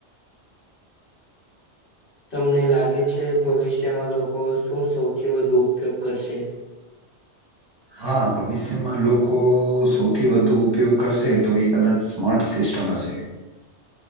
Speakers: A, on the left (about 50°); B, on the right (about 35°).
A: તમને લાગે છે ભવિષ્યમાં લોકો શું સૌથી વધુ ઉપયોગ કરશે
B: હા ભવિષ્યમાં લોકો સૌથી વધુ ઉપયોગ કરશે તો એ કદાચ સ્માર્ટ સિસ્ટમ હશે